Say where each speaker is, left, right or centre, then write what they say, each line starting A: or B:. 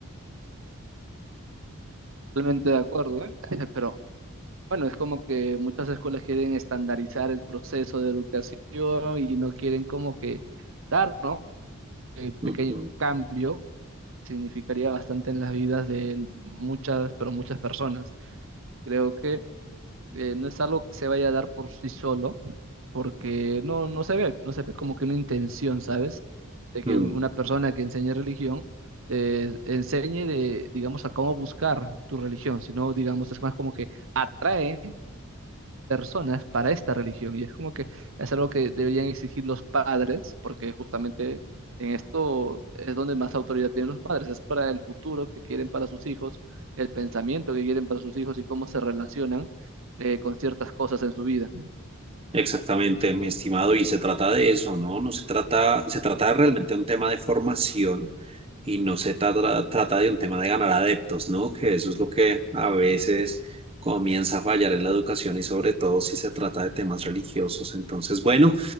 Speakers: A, on the right; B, on the right.
A: Totalmente de acuerdo, ¿eh? <laughs> pero bueno, es como que muchas escuelas quieren estandarizar el proceso de educación y no quieren como que dar, ¿no? Eh,
B: Ujú.
A: pequeño cambio significaría bastante en las vidas de muchas, pero muchas personas. Creo que eh, no es algo que se vaya a dar por sí solo, porque no, no se ve, no se ve como que una intención, ¿sabes? De que
B: Mm.
A: una persona que enseñe religión eh, enseñe de, digamos, a cómo buscar tu religión, sino, digamos, es más como que atrae personas para esta religión. Y es como que es algo que deberían exigir los padres, porque justamente en esto es donde más autoridad tienen los padres. Es para el futuro que quieren para sus hijos, el pensamiento que quieren para sus hijos y cómo se relacionan eh, con ciertas cosas en su vida.
B: Exactamente, mi estimado, y se trata de eso, ¿no? No se trata, se trata realmente de un tema de formación y no se tra- trata de un tema de ganar adeptos, ¿no? Que eso es lo que a veces comienza a fallar en la educación y sobre todo si se trata de temas religiosos. Entonces, bueno,